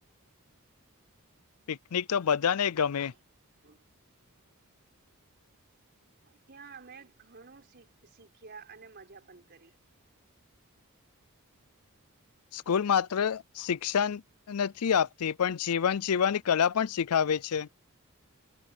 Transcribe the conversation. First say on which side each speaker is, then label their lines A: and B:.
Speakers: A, on the right (about 45°); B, on the left (about 80°).
A: <inaudible>
B: પિકનિક તો બધાને ગમે
A: ત્યાં અમે ઘણું શીખ્યા અને મજા પણ કરી
B: સ્કૂલ માત્ર શિક્ષણ નથી આપતી પણ જીવન જીવવાની કલા પણ શીખાવે છે